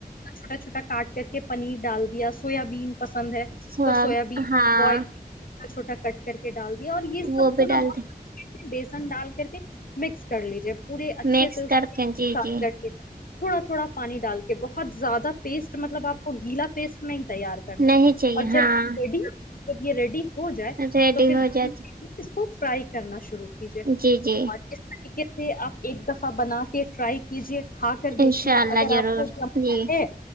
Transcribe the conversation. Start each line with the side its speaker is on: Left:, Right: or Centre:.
Left: چھوٹا چھوٹا کاٹ کر کے پنیر ڈال دیا سویابین پسند ہے
Right: سب
Left: تو سویابین
Right: ہاں
Left: بوائل چھوٹا چھوٹا کٹ کر کے ڈال دیا اور یہ سب
Right: وہ بھی
Left: کو نا
Right: ڈال
Left: بہت
Right: د
Left: اچ بیسن ڈال کر کے مکس کر لیجیے پورے اچھے
Right: مکس
Left: سے اساف
Right: کر کے جی جی
Left: کرتے تھوڑا تھوڑا پانی ڈالتے ا بہت زیادہ پیسٹ مطلب آپ کو گیلا پیسٹ میں تیار کرنا
Right: نہیں
Left: ہے
Right: چاہیے
Left: اور جب
Right: ہاں
Left: یہ ریڈی کر یہ ریڈی ہو جائے
Right: ریڈی
Left: تو پھر
Right: ہو جاتی
Left: کو فرائی کرنا شروع کر کیجیے
Right: جی جی
Left: اور جس طریقے سے آپ ایک دس بنا کے ٹرائی کیجے کھا کر دیکھیے
Right: انشاء اللہ
Left: اگر
Right: ضرور
Left: آپ ج
Right: جی
Left: ہے